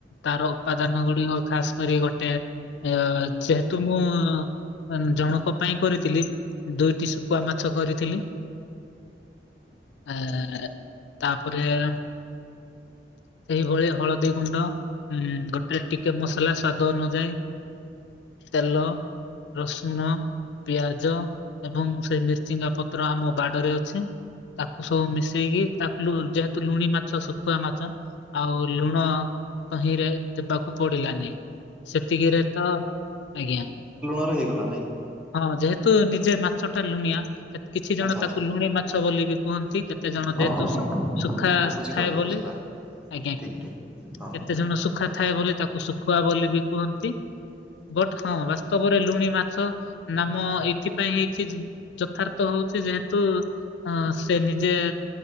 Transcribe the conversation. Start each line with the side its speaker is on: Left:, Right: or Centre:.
Left: ତାର ଉପାଦାନ ଗୁଡ଼ିକ ଖାସ କରି ଗୋଟେ ଅ ଯେହେତୁ ମୁଁ ଆଁ ଜଣଙ୍କ ପାଇଁ କରିଥିଲି ଦୁଇଟି ଶୁକୁଆ ମାଛ କରିଥିଲି। ଆଁ ତାପରେ ସେଇଭଳି ହଳଦୀ ଗୁଣ୍ଡ। ହୁଁ ଗୋଟେ ଟିକେ ମସଲା ସ୍ଵାଦ ଅନୁଯାୟୀ ତେଲ ରସୁଣ ପିଆଜ ଏବଂ ସେ ମିର୍ଚିଙ୍ଗା ପତ୍ର ଆମ ବାଡରେ ଅଛି। ତାକୁ ସବୁ ମିଶେଇକି ତା ଲୁ ଯେହେତୁ ଲୁଣି ମାଛ ଶୁଖୁଆ ମାଛ ଆଉ ଲୁଣ ତହିଁରେ ଦେବାକୁ ପଡିଲାନି ସେତିକିରେ ତ ଆଜ୍ଞା।
Centre: ପରେ ହେଇଗଲା ନାଇଁ କି।
Left: ହଁ ଯେହେତୁ ନିଜେ ମାଛଟା ଲୁଣିଆ କେତ୍ କିଛି ଜଣ
Centre: ଆଚ୍ଛା
Left: ତାକୁ
Centre: ଆଚ୍ଛା
Left: ଲୁଣି ମାଛ ବୋଲି ବି କୁହନ୍ତି କେତେ ଜଣ
Centre: ହଁ
Left: ଯେହେତୁ
Centre: ହଁ ହଁ
Left: ଶୁ
Centre: ହଁ।
Left: ଶୁଖା ଆସଥାଏ
Centre: ମୁଁ ବୁଝିପାରିଲି
Left: ବୋଲି
Centre: ବୁଝିପାରିଲି
Left: ଆଜ୍ଞା।
Centre: ଠିକ
Left: କେତେ
Centre: ଠିକ ହଁ ହଁ
Left: ଜଣ ଶୁଖା ଥାଏ ବୋଲି ତାକୁ ଶୁଖୁଆ ବୋଲି ବି କୁହନ୍ତି। ବଟ୍ ହଁ ବାସ୍ତବରେ ଲୁଣି ମାଛ ନାମ ଏଇଥିପାଇଁ ହେଇଛି ଯ ଯଥାର୍ଥ ହଉଛି ଯେହେତୁ ଅ ସେ ନିଜେ